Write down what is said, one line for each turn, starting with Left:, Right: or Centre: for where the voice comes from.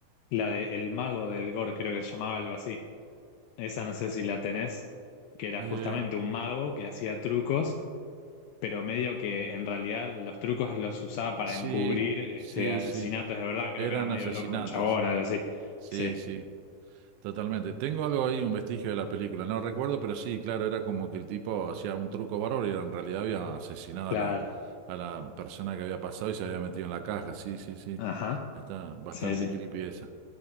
Left: la de El Mago del Gore, creo que se llamaba algo así. Esa no sé si la tenés, que era
Right: eh,
Left: justamente un mago que hacía trucos, pero medio que en realidad los trucos los usaba para
Right: Sí,
Left: encubrir este,
Right: sí,
Left: asesinatos
Right: sí.
Left: de verdad. Creo
Right: Eran
Left: que era medio
Right: asesinatos.
Left: loco el chabón, algo así.
Right: Sí,
Left: Sí,
Right: sí, totalmente. Tengo algo ahí, un vestigio de la película. No recuerdo, pero sí, claro, era como que el tipo hacía un truco bárbaro y en realidad había asesinado a
Left: claro.
Right: la, a la persona que había pasado y se había metido en la caja. Sí, sí, sí.
Left: Ajá.
Right: Está bastante
Left: Sí, sí.
Right: creepy esa.